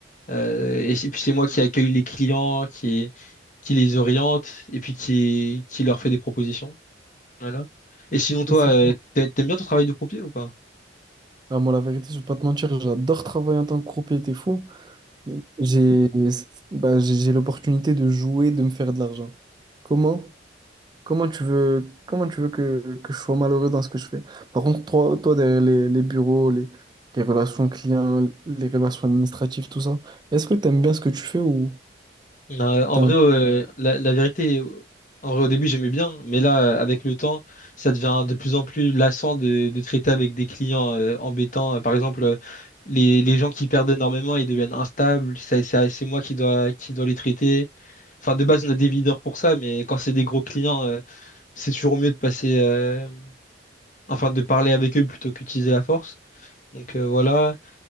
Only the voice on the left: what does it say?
Euh, et c'est- puis c'est moi qui accueille les clients, qui, qui les oriente et puis qui, qui leur fait des propositions. Voilà. Et sinon, toi,
euh, t'a- t'aimes bien ton travail de croupier ou pas?
Non, euh, en
vrai,
euh, la, la vérité, euh, en vrai, au début, j'aimais bien, mais là, euh, avec le temps, ça devient de plus en plus lassant de, de traiter avec des clients euh, embêtants. Euh, Par exemple, euh, les, les gens qui perdent énormément, ils deviennent instables. Ça- ça- C'est moi qui dois, qui dois les traiter. Enfin, de base, on a des leaders pour ça, mais quand c'est des gros clients, euh, c'est toujours mieux de passer, euh, enfin, de parler avec eux plutôt qu'utiliser la force. Donc euh, voilà.